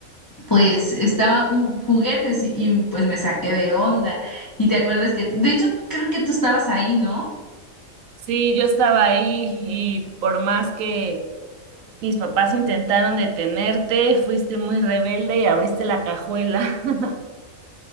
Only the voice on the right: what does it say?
Sí, yo estaba ahí y por más que mis papás intentaron detenerte, fuiste muy rebelde y abriste la cajuela. <laughs>